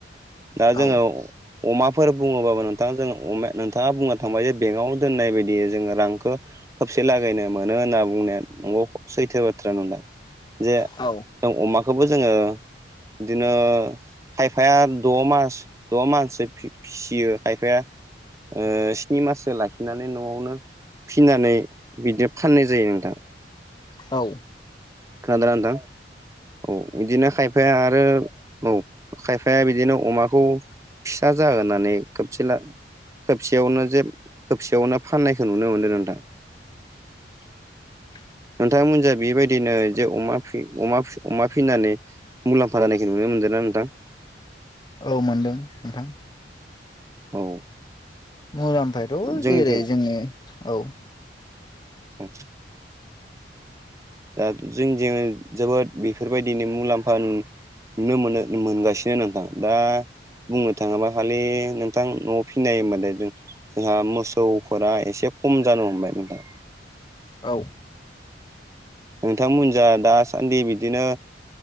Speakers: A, on the right; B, on the left.
A: दा जोङो
B: औ
A: अमाफोर बुङोबाबो नोंथां जों अमा नोंथाङा बुंना थांबाय जे बेंकाव दोननाय बायदि जोङो रांखौ खोबसे लागायनो मोनो होनना बुंनाया नंगौ सैथो बाथ्रा नोंथां जे
B: औ
A: जों अमाखौबो जोङो बिदिनो खायफाया द' मास द' माससो फिसियो खायफाया ओ स्नि माससो लाखिनानै न'आवनो फिनानै बिदि फाननाय जायो नोंथां
B: औ
A: खोनादों ना नोंथां औ बिदिनो खाय फाया आरो औ खायफाया बिदिनो अमाखौ फिसा जागोन होननानै खोबसेला खेबसेयावनो जे खबसेयावनो फाननायखौ नुनो मोन्दों नोंथां
B: <inaudible>
A: नोंथांमोननिजों बेबायदिनो जे अमा फि अमा फिनानै मुलामफा जानायखौ नुनो मोनदोंना नोंथां
B: औ मोनदों नोंथां
A: औ
B: मुलामफायाथ'
A: जोंनिथिं
B: जेरै जोङो औ
A: औ दा जोंनिजों जोबोद बेफोरबायदिनो मुलामफा नुनो मोनो मोनगासिनो नोंथां दा बुंनो थाङोबा खालि नोंथां न'आव फिनाय मोनो जों जोंहा मोसौफोरा एसे खम जानो हमबाय नोंथां
B: औ
A: नोंथांमोन जा दासान्दि बिदिनो